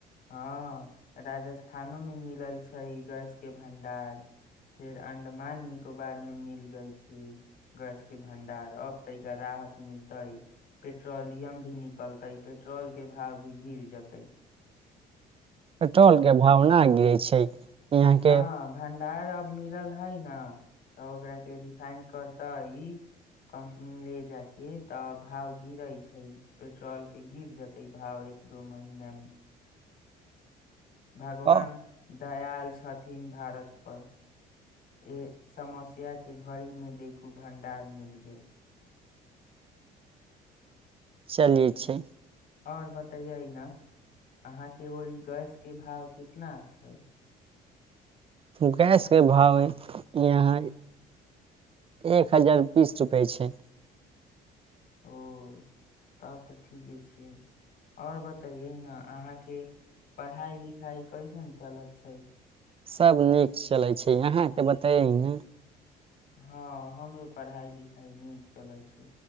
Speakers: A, on the left; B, on the right.
A: हँ राजस्थानो मे मिलल छै गैस के भंडार फेर अंडमान निकोबार मे मिल गेल छै गैस के भंडार अब तइका राहत मिलतै पेट्रोलियम भी निकलतै पेट्रोल के भाव भी गिर जतै
B: पेट्रोल के भाव ना गिरै छै ई हाँके
A: न भंडार अब मिलल हई न तऽ ओकरा के रिफाइंड करतइ कम्पनी ले जाय के तऽ भाव गिरे छै पेट्रोल कऽ गिर जते भाव एक दो महीना मे भगवान
B: ओ
A: दयाल छथिन भारत पर ए समस्या के घड़ी मे देखू भंडार मिल गेल
B: चलिये छै
A: ओर बतैयै ने अहाँके ओड़ि गैस के भाव कितना छै
B: गैसके भाव यहाँ एक हजार बीस रुपए छै
A: ओ तब तऽ ठीके छियै आओर बतैयै ने अहाँके पढ़ाइ लिखाइ कैसन चलत छै
B: सभ नीक चलै छै अहाँके बताई न
A: हँ हमरो पढ़ाइ लिखाइ नीक चलल छै